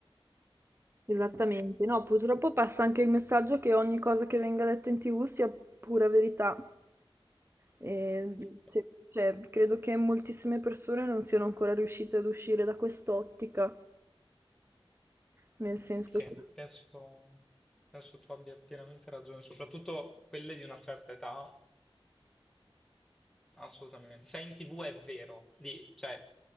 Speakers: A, on the right (about 25°); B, in the centre.
A: Esattamente. No, purtroppo passa anche il messaggio che ogni cosa che venga detta in TV sia pura verità. E,
B: Sì,
A: cioè, cioè, credo che moltissime persone non siano ancora riuscite ad uscire da quest'ottica, nel senso
B: sì,
A: che
B: penso, penso tu abbia pienamente ragione, soprattutto quelle di una certa età. Assolutamente. Sei in TV è vero, di- cioè,